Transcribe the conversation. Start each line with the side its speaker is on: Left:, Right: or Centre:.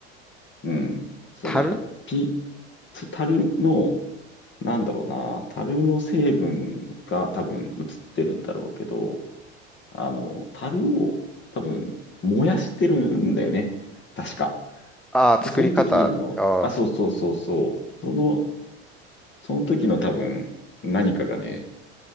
Left: うん、そう、
Centre: 樽
Left: なんか、ピ、タルの、なんだろうな、樽の成分が多分映ってるんだろうけど、あの、樽を多分燃やしてるんだよね。確か。
Centre: ああー、
Left: で、
Centre: 作り方。
Left: その時の、
Centre: ああ、
Left: あ、そうそうそうそう、その、その時の多分何かがね、